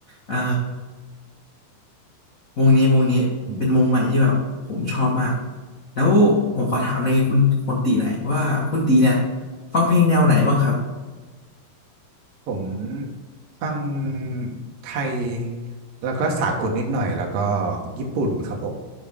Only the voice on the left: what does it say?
อ่า วงนี้วงนี้เป็นวงใหม่ที่แบบผมชอบมาก
แล้วผมขอถามในคุณคุณตีหน่อยว่าคุณตีเนี่ยฟังเพลงแนวไหนบ้างครับ